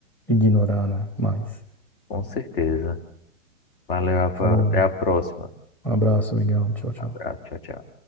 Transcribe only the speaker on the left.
Com certeza. Valeu, Rafael.
Até a próxima.
Abraço. Tchau, tchau.